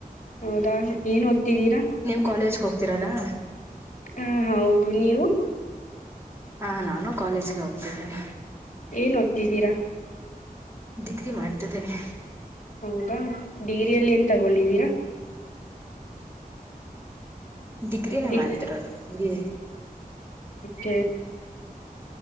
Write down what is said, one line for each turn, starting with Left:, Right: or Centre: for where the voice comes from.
Left: ಹೌದಾ ಏನ್ ಓದ್ತಿದೀರಾ
Right: ನೀವು್ ಕಾಲೇಜಗೆ ಹೋಗ್ತಿೀರದಾ
Left: ಹಾ ಹೌದು ನೀವು
Right: ಹಾ ನಾನು ಕಾಲೇಜ್ಗೆ ಹೋಗ್ತಿದ್ದೇನೆ
Left: ಏನ್ ಓದ್ತಿದ್ದೀರಾ
Right: ಡಿಗ್ರಿ ಮಾಡ್ತಿದ್ದೇನೆ
Left: ಹೌದಾ ಡಿಗ್ರಿಯಲ್ ಎನ್ ತಗೊಂಡಿದಿರಾ
Right: ಡಿಗ್ರಿನೇ
Left: ಡಿ
Right: ಮಾಡ್ತಿರೋದು ಬಿ ಎ
Left: ಕ